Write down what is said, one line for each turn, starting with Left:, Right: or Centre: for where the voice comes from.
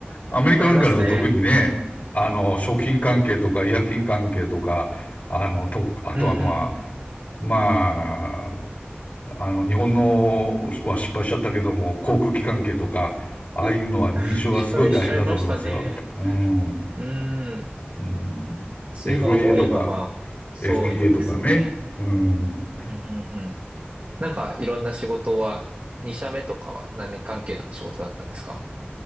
Left: アメリカなんかだと特にね、
Right: 合いますね。
Left: あの、食品関係とか医薬品関係とか、あの、と、あとはまあ、
Right: うんうんうん
Left: まあ、あの、日本のは失敗しちゃったけども、航空機関係とか、
Right: いますねう、
Left: ああいうのは認証がすごい大変だと思いますよ。
Right: 失敗しちゃいましたね。
Left: うん。
Right: うん。
Left: うん。f
Right: 今思えばまあ、
Left: a とか、
Right: そうですね。
Left: FTA とかね。うん。
Right: うんうんうん。なんかいろんな仕事は、2社目とかは何関係の仕事だったんですか